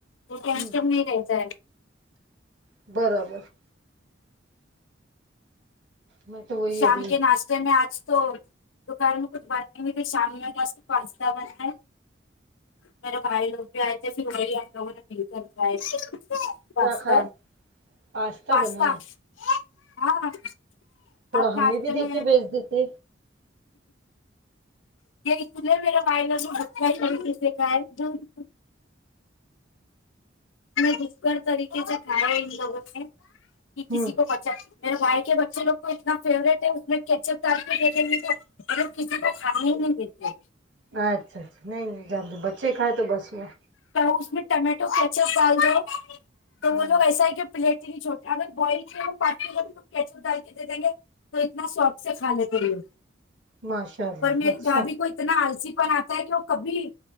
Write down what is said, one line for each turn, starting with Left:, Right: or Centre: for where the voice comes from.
Left: تو
Right: ہوں
Left: کیٹ نہیں رہتا ہے
Right: برابر میں تو وہی
Left: شام
Right: ابھی
Left: کے ناش میں آج تو دوکان میں کچھ بند ہوئی تھی شام میں آج تو پاستا بنا ہے میرے بھائی لوگ بھی آئے تھے پھر وہی ہم لوگوں نے مل کر کھاے تھے
Right: کیا
Left: پستا
Right: کھائے پاستا
Left: پستا
Right: بنا ہے
Left: ہاں آج
Right: تھوڑا
Left: ناشتے
Right: ہمیں بھی دیکے
Left: میں
Right: بیھج دیتے
Left: <unintelligible> بھوکڈ طریقے سے کھایا ان لوگوں نے کہ کسی
Right: ہوں
Left: کو پتا اچھ میرے بھائی کے بچے لوگ کو اتنا فیورٹ ہے کے اس میں کیچپ دال کے دیکھیں گے مگر کسی تو کھانے نہیں دیتے
Right: اچھا اچھا نہیں نہیں جان دے بچے کھائے تو بس میں
Left: تو اس میں ٹمیٹو کچپ ڈال دو تو
Right: ہاں
Left: وہ لوگ ایسا ہے کہ پلیٹ چھوٹے ہم بوئل کے پانی میں کچپ دال کے دےدینگے تو اتنا شوق سے کھالیتے ہے
Right: ماشاء اللہ
Left: پر میری
Right: اچھا
Left: بھابھی کو اتنا آلسی پن آتا ہے کہ وہ کبھی